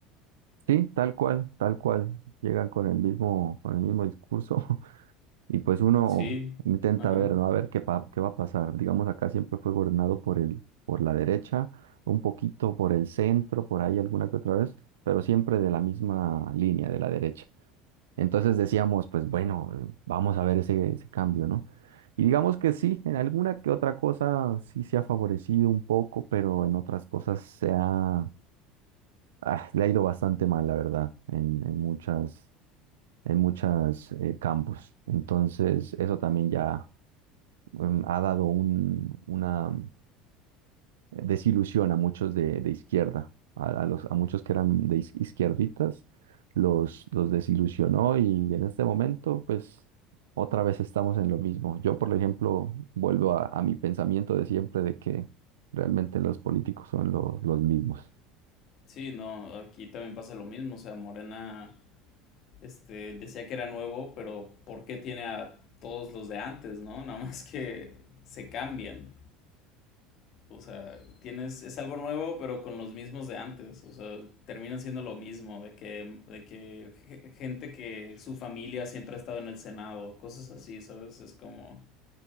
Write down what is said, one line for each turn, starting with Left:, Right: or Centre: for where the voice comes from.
Right: sí, tal cual, tal cual, llegan con el mismo, con el mismo discurso <laughs> Y pues uno
Left: Sí,
Right: intenta
Left: ajá.
Right: ver, ¿no? A ver qué, pa- qué va a pasar. Digamos, acá siempre fue gobernado por el, por la derecha, un poquito por el centro, por ahí alguna que otra vez, pero siempre de la misma línea, de la derecha. Entonces decíamos, pues bueno, eh, vamos a ver ese, ese cambio, ¿no? Y digamos que sí, en alguna que otra cosa sí se ha favorecido un poco, pero en otras cosas se ha, ah, le ha ido bastante mal, la verdad, en, en muchas, en muchas eh, campos. Entonces, eso también ya em, ha dado un- una desilusión a muchos de, de izquierda, a, a los, a muchos que eran de iz- izquierditas, los, los desilusionó y en este momento, pues, otra vez estamos en lo mismo. Yo, por ejemplo, vuelvo a, a mi pensamiento de siempre de que realmente los políticos son los, los mismos.
Left: Sí, no, aquí también pasa lo mismo, o sea, Morena, este, decía que era nuevo, pero ¿por qué tiene a todos los de antes, ¿no? <laughs> Nada más que se cambian. O sea, tienes, es algo nuevo, pero con los mismos de antes. O sea, terminan siendo lo mismo, de que, de que ge- gente que su familia siempre ha estado en el Senado, cosas así, ¿sabes? Es como,